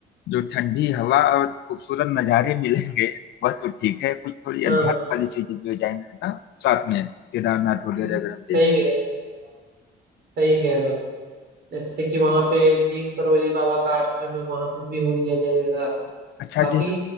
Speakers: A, on the left (about 65°); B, on the right (about 60°).
A: जो ठंडी हवा और खूबसूरत नज़ारे मिलेंगे वह तो ठीक है कुछ थोड़ी
B: हाँ
A: अध्यात्म
B: हाँ,
A: वाली चीजें भी हो जाएंगी ना साथ में केदारनाथ वगैरह
B: नहीं, सही
A: अगर हम देख रहे
B: कह रहे हो, सही कह रहे हो, सही कह रहे हो जैसे कि वहाँ पे नीम करोली बाबा का आश्रम है वहाँ पे भी हो लिया जाएगा
A: हैं। अच्छा
B: काफी
A: जी